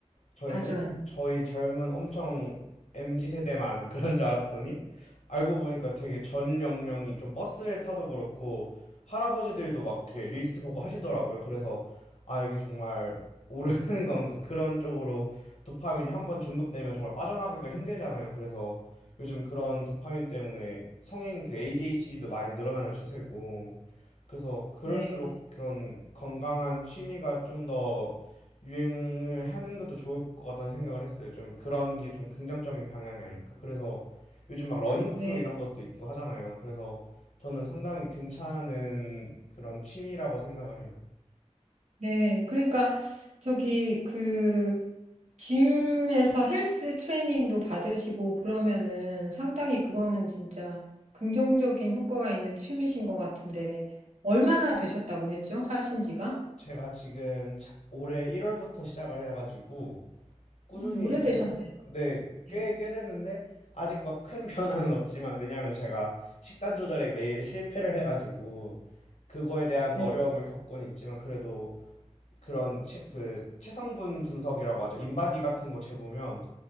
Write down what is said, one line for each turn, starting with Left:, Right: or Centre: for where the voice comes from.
Left: 저희는
Right: 맞아요.
Left: 저희 젊은 엄청 MZ 세대만 <laughs> 그런 줄 알았더니 알고 보니까 되게 전 연령이 좀 버스를 타도 그렇고 할아버지들도 막 그 릴스 보고 하시더라고요. 그래서 아 이게 정말 오르는 <laughs> 건가 그런 쪽으로 도파민이 한번 중독되면 정말 빠져나가기가 힘들잖아요. 그래서 요즘 그런 도파민 때문에 성인 그 ADHD도 많이 늘어나는 추세고 그래서 그럴수록
Right: 네,
Left: 그런 건강한 취미가 좀더 유행을 하는 것도 좋을 것 같다는 생각을 했어요. 좀 그런 게 좀 긍정적인 방향이 아닐까? 그래서 요즘 막 러닝
Right: 네,
Left: 크루 이런 것도 있고 하잖아요. 그래서 저는 상당히 괜찮은 그런 취미라고 생각을 해요.
Right: 네. 그러니까 저기 그 짐에서 헬스 트레이닝도 받으시고 그러면은 상당히 그거는 진짜 긍정적인 효과가 있는 취미신 것 같은데 얼마나 되셨다고 했죠? 하신 지가?
Left: 제가 지금 차- 올해 1월부터 시작을 해가지고 꾸준히
Right: 음, 오래되셨네.
Left: 계속 네,
Right: 네.
Left: 꽤, 꽤 됐는데 아직 막 큰 <laughs> 변화는 없지만 왜냐하면 제가 식단 조절에 매일 실패를 해가지고 그거에 대한
Right: 네.
Left: 어려움을 겪곤 있지만 그래도 그런 체, 그 체성분 분석이라고 하죠. 인바디 같은 거 재보면